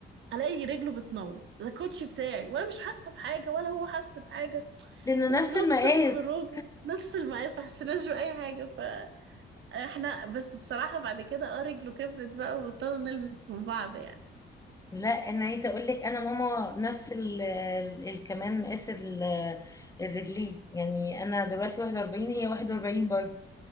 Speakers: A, on the right (about 70°); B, on the left (about 15°).
A: الاقي رجله بتنور ده الكوتش بتاعي وانا مش حاسه بحاجه ولا هو حاسس بحاجه
B: لانه
A: وفي
B: نفس
A: نص
B: المقاس
A: الخروج نفس المقاس ما حسيناش باي حاجه فاحنا بس بصراحه بعد كده اه رجله كبرت بقى وبطلنا نلبس من بعض يعني
B: لا انا عايزه اقول لك انا ماما نفس ال... ال... كمان مقاس ال... الرجلين يعني انا دلوقتي 41 هي 41 برضه